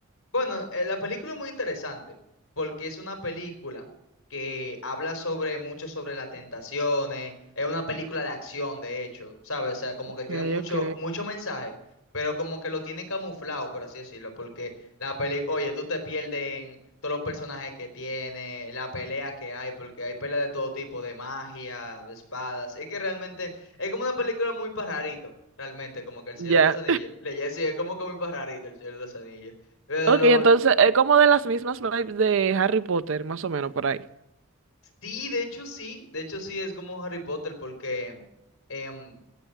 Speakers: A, on the left (about 75°); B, on the right (about 60°).
A: Bueno, eh, la película es muy interesante porque es una película que habla sobre mucho sobre las tentaciones, es una película de acción, de hecho, ¿sabes? O sea, como
B: Ok,
A: que tiene mucho,
B: ok.
A: mucho mensaje, pero como que lo tiene camuflado, por así decirlo, porque la película, oye, tú te pierdes en todos los personajes que tiene, la pelea que hay, porque hay peleas de todo tipo, de magia, de espadas, es que realmente es como una película muy pajarito, realmente, como que El Señor
B: Ya.
A: de los Anillos, le sí, es como que muy pajarito El Señor de los Anillos. Eh,
B: Ok,
A: lo-
B: entonces es como de las mismas vibes de Harry Potter, más o menos por ahí.
A: sí, de hecho sí, de hecho sí es como Harry Potter porque, em,